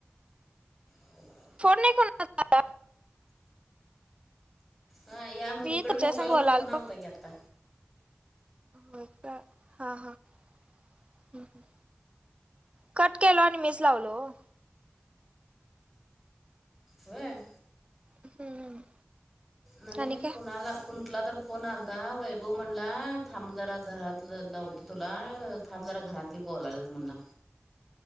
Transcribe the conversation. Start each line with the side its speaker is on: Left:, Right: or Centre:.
Centre: <inaudible>
Right: फोन नाही कोणाचा आला.
Centre: हा या मग
Right: मी
Centre: इकडं
Right: तुमच्या
Centre: मोबाईलवर
Right: संग बोलालतो
Centre: फोन आलता की आत्ता.
Right: हो का? हा, हा हं हं. कट केलो आणि मीच लावलो ओ.
Centre: होय?
Right: हम्म.
Centre: नाही
Right: आणि काय
Centre: कोणाला कोण कुठला तर फोन आलता वैभव म्हणला थांब जरा घरात लावतो तुला. अं थांब जरा घरातली बोलाल्यात म्हंटला.